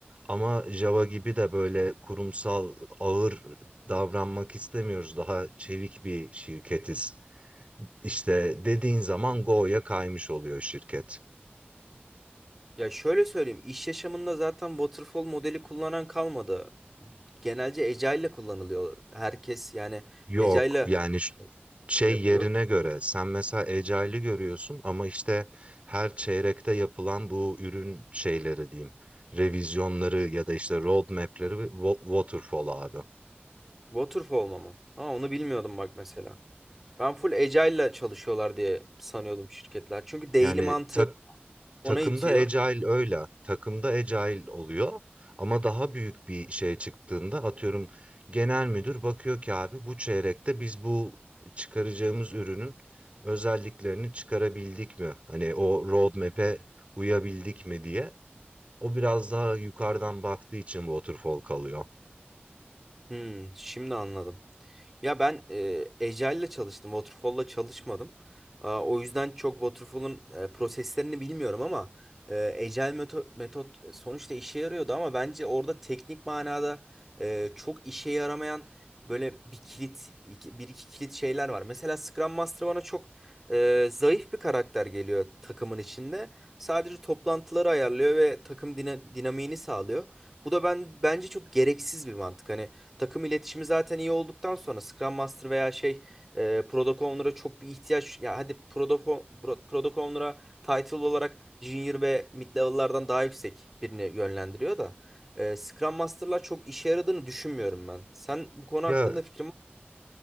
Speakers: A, on the right; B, in the centre.
A: Ama Java gibi de böyle kurumsal ağır davranmak istemiyoruz. Daha çevik bir şirketiz. İşte dediğin zaman Go'ya kaymış oluyor şirket.
B: Ya şöyle söyleyeyim. iş yaşamında zaten waterfall modeli kullanan kalmadı. Genelce Agile'le kullanılıyor. Herkes yani
A: Yok
B: Agile'le
A: yani ş- şey
B: yapıyor.
A: yerine göre sen mesela Agile'ı görüyorsun ama işte her çeyrekte yapılan bu ürün şeyleri diyeyim. Revizyonları ya da işte roadmap'leri ve wa- waterfall abi.
B: Waterfall mı? Ha onu bilmiyordum bak mesela. Ben full Agile'la çalışıyorlar diye sanıyordum şirketler. Çünkü daily
A: Yani
B: mantığı
A: tak Takımda
B: ona itiyor.
A: agile öyle. Takımda agile oluyor. Ama daha büyük bir şeye çıktığında atıyorum genel müdür bakıyor ki abi bu çeyrekte biz bu çıkaracağımız ürünün özelliklerini çıkarabildik mi? Hani o roadmap'e uyabildik mi diye. O biraz daha yukarıdan baktığı için waterfall kalıyor.
B: Hmm, şimdi anladım. Ya ben e, Agile'la çalıştım, Waterfall'la çalışmadım. Aa, o yüzden çok Waterfall'un e, proseslerini bilmiyorum ama e, Agile meto- metot, sonuçta işe yarıyordu ama bence orada teknik manada e, çok işe yaramayan böyle bir kilit, iki- bir iki kilit şeyler var. Mesela Scrum Master bana çok e, zayıf bir karakter geliyor takımın içinde. Sadece toplantıları ayarlıyor ve takım dina- dinamiğini sağlıyor. Bu da ben bence çok gereksiz bir mantık. Hani takım iletişimi zaten iyi olduktan sonra Scrum Master veya şey e, Product Owner'a çok bir ihtiyaç ya hadi Product, O- Pro- Product Owner'a title olarak Junior ve Mid level'lardan daha yüksek birini yönlendiriyor da e, Scrum Master'lar çok işe yaradığını düşünmüyorum ben. Sen bu konu
A: Ya
B: hakkında fikrin var